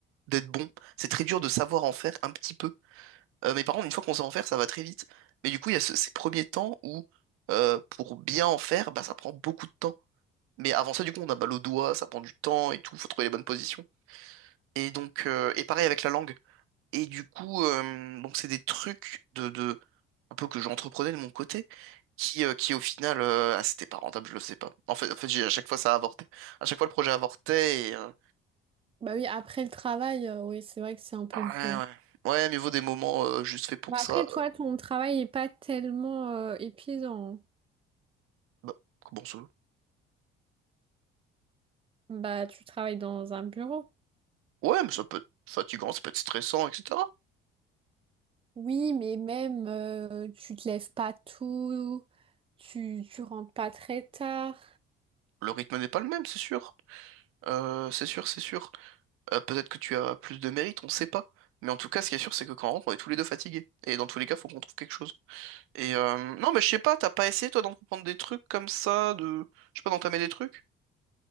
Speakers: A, on the right (about 80°); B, on the right (about 25°).
A: d'être bon. C'est très dur de savoir en faire un petit peu. Euh, mais par contre, une fois qu'on sait en faire, ça va très vite. Mais du coup, il y a ce- ces premiers temps où, euh, pour bien en faire, bah, ça prend beaucoup de temps. Mais avant ça, du coup, on a mal au doigt, ça prend du temps et tout, faut trouver les bonnes positions. Et donc, euh, et pareil avec la langue. Et du coup, euh, donc c'est des trucs de, de un peu que j'entreprenais de mon côté, qui, euh, qui au final, euh, ah, c'était pas rentable, je le sais pas. En fait, en fait, j'ai- à chaque fois, ça a avorté. À chaque fois, le projet avortait et, euh,
B: Bah oui, après le travail, euh, oui, c'est vrai que c'est un peu
A: ouais,
B: dur.
A: ouais. Ouais, mais vaut des moments euh, juste faits pour
B: Bah
A: ça.
B: après, toi, ton travail est pas tellement euh, épuisant.
A: Bah, comment ça?
B: Bah, tu travailles dans un bureau.
A: Ouais, mais ça peut être fatigant, ça peut être stressant, etc.
B: Oui, mais même euh, tu te lèves pas tôt, tu, tu rentres pas très tard.
A: Le rythme n'est pas le même, c'est sûr. Euh, c'est sûr, c'est sûr. Euh, peut-être que tu as plus de mérite, on sait pas. Mais en tout cas, ce qui est sûr, c'est que quand on rentre, on est tous les deux fatigués. Et dans tous les cas, faut qu'on trouve quelque chose. Et euh, non, mais je sais pas, t'as pas essayé, toi, d'entreprendre des trucs comme ça, de... Je sais pas, d'entamer des trucs?